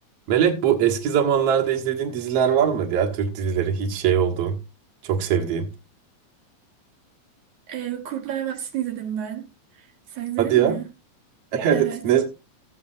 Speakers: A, on the right; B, on the right.
A: Melek bu eski zamanlarda izlediğin diziler var mı ya? Türk dizileri hiç şey olduğun, çok sevdiğin.
B: Ee, Kurtlar Vadisi'ni izledim ben. Sen izledin
A: Hadi ya.
B: mi?
A: <laughs> Evet,
B: Evet.
A: ne,